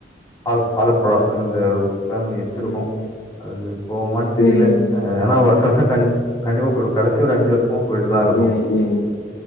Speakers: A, on the left (about 20°); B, on the left (about 85°).
A: ஆல் ஆலப்புழா அந்த பிளான் பண்ணி வச்சிருக்கோ
B: ம்
A: அது போவமான்னு தெரியல
B: ம் ம்
A: அ ஏன்னா வருஷா வருஷம் கண் கண்டிப்பா போயிடுவோ கடைசி ஒரு அஞ்சு வருஷ மா போயிட்டுதா இருக்கோ
B: ம் ம்